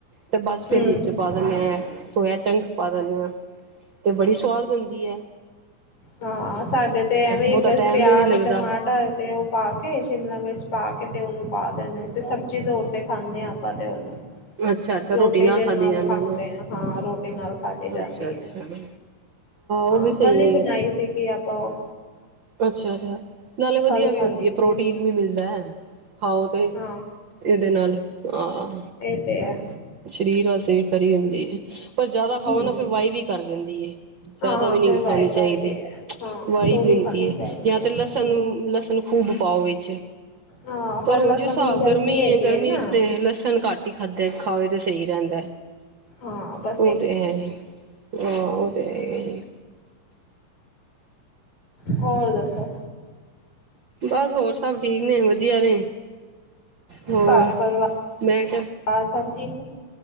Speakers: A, on the right (about 60°); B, on the left (about 55°).
A: ਤੇ ਬਸ ਫਿਰ
B: ਹੂੰ-ਹੂੰ-ਹੂੰ।
A: ਵਿੱਚ ਪਾ ਦਿੰਨੇ ਆ ਸੋਆ ਚੰਕਸ ਪਾ ਦੇਨੇ ਆ। ਤੇ ਬੜੀ ਸਵਾਦ ਬਣਦੀ ਐ।
B: ਹਾਂ ਸਾਡੇ ਤੇ ਐਵੇਂ
A: ਬਹੁਤਾ
B: ਬਸ
A: ਟਾਈਮ
B: ਪਿਆਜ,
A: ਵੀ ਨਹੀਂ ਲੱਗਦਾ
B: ਟਮਾ ਘਰ ਤੇ ਉਹ ਪਾ ਕੇ ਸ਼ਿਮਲਾ ਮਿਰਚ ਪਾ ਕੇ ਤੇ ਉਹਨੂੰ ਪਾ ਦਿੰਦੇ ਤੇ ਸਬਜ਼ੀ ਤੌਰ ਤੇ ਖਾਂਦੇ ਹਾਂ ਆਪਾਂ ਤੇ ਉਹਨੂੰ।
A: ਅੱਛਾ ਅੱਛਾ
B: ਰੋਟੀ ਦੇ
A: ਖਾਧੀ
B: ਨਾਲ
A: ਜਾਂਦੀ
B: ਖਾਂਦੇ
A: ਨਾ
B: ਆ ਹਾਂ ਰੋਟੀ ਨਾਲ ਖਾਦੀ ਜਾਂਦੀ
A: ਅੱਛਾ ਅੱਛਾ
B: ਐ।
A: ਹਾਂ
B: ਹਾਂ
A: ਉਹ ਵੀ ਸਹੀ
B: ਕੱਲ ਹੀ ਬਣਾਈ
A: ਹੈ
B: ਸੀਗੀ ਆਪਾਂ ਉਹ।
A: ਅੱਛਾ -ਅੱਛਾ ਨਾਲੇ ਵਧੀਆ
B: ਕੱਲ
A: ਵੀ
B: ਖਾਧੀ
A: ਹੁੰਦੀ ਏ
B: ਸੀ
A: ਪ੍ਰੋਟੀਨ ਵੀ ਮਿਲਦਾ। ਖਾਓ ਤੇ
B: ਹਾਂ
A: ਇਹਦੇ ਨਾਲ ਆ-ਆ
B: ਇਹ ਤੇ ਏ।
A: ਸਰੀਰ ਵਾਸਤੇ ਵੀ ਖਰੀ ਹੁੰਦੀ ਹੈ, ਪਰ ਜ਼ਿਆਦਾ ਖਾਓ
B: ਹੂੰ।
A: ਨਾ ਫਿਰ ਵਾਈ ਵੀ ਕਰ ਜਾਂਦੀ ਏ। ਜ਼ਿਆਦਾ
B: ਹਾਂ
A: ਵੀ ਨਹੀਂ
B: ਫਿਰ ਵਾਏ
A: ਖਾਣੀ
B: ਕਰਦੇ
A: ਚਾਹੀਦੀ
B: ਹੈ ਹਾਂ
A: ਵਾਈ
B: ਥੋੜ੍ਹੀ
A: ਵੀ ਹੁੰਦੀ
B: ਖਾਣੀ
A: ਹੈ
B: ਚਾਹੀਦੀ
A: ਜਾਂ
B: ਹੈ
A: ਤੇ ਲਸਣ
B: ਹਮ
A: ਲਸ ਇਨੂ ਖੂਬ ਪਾਓ ਵਿੱਚ।
B: ਹਾਂ
A: ਪਰ ਹੁਣ
B: ਲਸਣ
A: ਜੀਸ ਹਿਸਾਬ ਗਰਮੀ
B: ਹੈਗੀ
A: ਏ ਗਰਮੀ
B: ਹੈ ਨਾ
A: ਵਿਚ ਤੇ ਲਸਣ ਕੱਟ ਹੀ ਖਾਧਿਆ ਖਾਵੇ ਤਾਂ ਸਹੀ ਰਹਿੰਦਾ।
B: ਹਾਂ ਬ
A: ਹੁਣ ਤੇ ਹੈ ਈ ਏ, ਹਾਂ ਉਹ ਤੇ ਹੈ ਈ ਹੈ ਈ ਏ।
B: ਹ ਹੋਰ ਦੱਸੋ?
A: ਬਸ ਹੋਰ ਸਭ ਠੀਕ ਨੇ ਵਧੀਆ ਨੇ। ਹੋਰ
B: ਘਰ ਪਰਿ---ਵਾਰ
A: ਮੈਂ ਕਿਹਾ
B: ਸਭ ਠੀਕ।